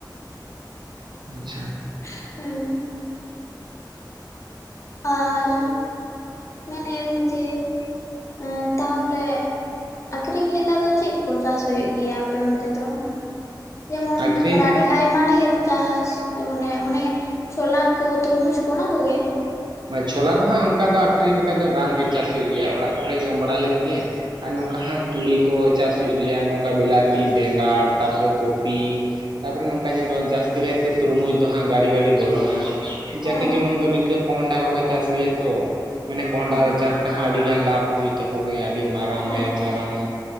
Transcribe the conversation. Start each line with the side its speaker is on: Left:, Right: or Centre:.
Right: ᱟᱪᱪᱷᱟ᱾
Left: <unintelligible> ᱟᱨ ᱢᱮᱱᱮᱜᱼᱟ ᱞᱤᱧ ᱡᱮ ᱮᱸ ᱛᱟᱦᱚᱞᱮ ᱟᱠᱷᱨᱤᱧ ᱞᱮᱠᱟ ᱫᱚ ᱪᱮᱜ ᱠᱚ ᱪᱟᱥ ᱦᱳᱭᱳᱜ ᱜᱮᱭᱟ ᱟᱯᱮ ᱚᱱᱛᱮ ᱫᱚ? ᱡᱮᱢᱚᱱ
Right: ᱟᱠᱷᱨᱤᱧ
Left: ᱢᱟᱱᱮ ᱟᱹᱰᱤ ᱟᱭᱢᱟ ᱰᱷᱮᱨ ᱪᱟᱥ ᱚᱱᱮ ᱚᱱᱮ ᱪᱷᱚᱞᱟ ᱠᱚ ᱛᱳᱨᱢᱩᱡᱽ ᱠᱚ ᱚᱱᱟ ᱠᱚᱜᱮ?
Right: ᱵᱟ ᱪᱷᱳᱞᱟ ᱫᱚ ᱦᱟᱸᱜ ᱚᱝᱠᱟ ᱫᱚ ᱟᱹᱷᱨᱤᱧ ᱞᱮᱠᱟ ᱫᱚ ᱵᱟᱝᱜᱮ ᱪᱟᱥ ᱦᱩᱭᱩᱜ ᱜᱮᱭᱟ ᱚᱲᱟᱜ ᱠᱚᱨᱮ ᱡᱚᱢ ᱵᱟᱲᱟ ᱞᱟᱹᱜᱤᱜ ᱜᱮ᱾ ᱟᱨ ᱱᱚᱝᱠᱟ ᱦᱟᱸᱜ ᱛᱩᱲᱤ ᱠᱚ ᱪᱟᱥ ᱦᱩᱭᱩᱜ ᱜᱮᱭᱟ ᱱᱚᱝᱠᱟ ᱵᱤᱞᱟᱹᱛᱤ ᱵᱮᱸᱜᱟᱲ ᱛᱟᱨᱯᱚᱨᱮ ᱠᱚᱯᱤ ᱛᱟᱯᱚᱨᱮ ᱱᱚᱝᱠᱟ ᱧᱮᱜᱚᱜᱼᱟ ᱡᱟᱹᱥᱛᱤ ᱠᱟᱭᱛᱮ ᱛᱩᱨᱢᱩᱡᱽ ᱫᱚ ᱦᱟᱸᱜ ᱜᱟᱹᱤ ᱜᱟᱹᱲᱤ ᱵᱚᱞᱚᱱᱟ᱾ ᱡᱟᱠᱮ
Left: ᱚ
Right: ᱡᱮᱢᱚᱱ ᱫᱚ ᱱᱤᱝᱠᱟᱹ ᱠᱚᱸᱰᱷᱟ ᱠᱚᱠᱚ ᱪᱟᱥ ᱜᱮᱭᱟ ᱛᱚ ᱢᱟᱱᱮ ᱠᱚᱸᱰᱷᱟ
Left: ᱚ
Right: ᱪᱟᱥ ᱛᱮᱦᱚᱸ ᱟᱹᱰᱤᱜᱟᱱ ᱞᱟᱵᱷ ᱦᱩᱭᱩᱜ ᱛᱟᱠᱚ ᱜᱮᱭᱟ ᱟᱹᱰᱤ ᱢᱟᱨᱟᱝ
Left: ᱦᱳᱭ
Right: ᱢᱟᱭᱟᱢ ᱢᱟᱨᱟᱝ